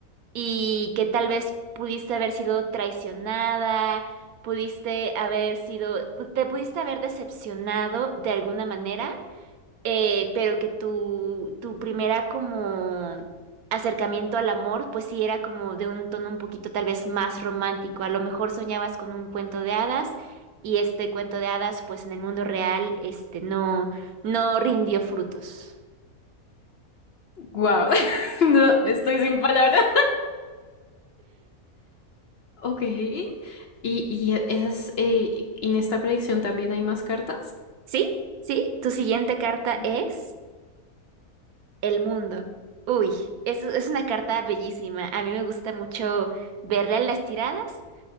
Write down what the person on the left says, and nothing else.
Wow, <laughs> no, estoy sin palabras. Ok. ¿Y, y esas, eh, en esta predicción también hay más cartas?
Sí.